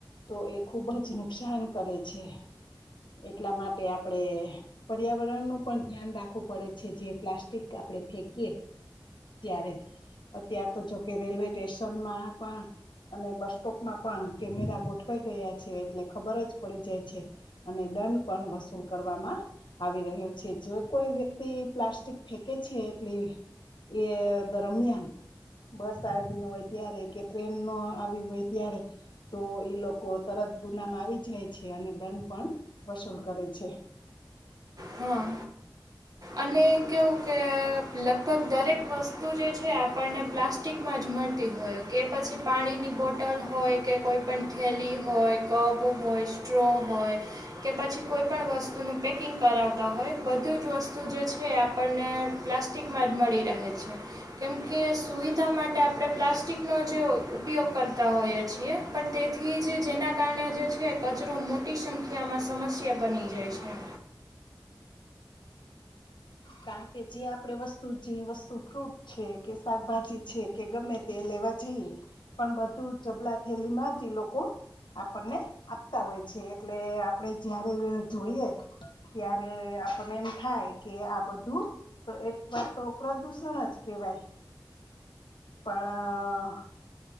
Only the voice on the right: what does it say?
હા. અને કેવું કે લગભગ દરેક વસ્તુ જે છે આપણને પ્લાસ્ટિક, પાસ્ટિકમાં જ મળતી હોય કે પછી પાણીની બોટલ હોય કે કોઈપણ થેલી હોય કપ હોય સ્ટ્રો હોય કે પછી કોઈ પણ વસ્તુનું પેકિંગ કરાવતા હોય બધું જ વસ્તુ જે છે એ આપણને પ્લાસ્ટિકમાં જ મળી રહે છે. કેમકે સુવિધા માટે આપણે પ્લાસ્ટિકનો જે ઉપયોગ કરતા હોઈએ છીએ પણ તેથી જ જેના કારણે જે છે કચરો મોટી સંખ્યામાં સમસ્યા બની જાય છે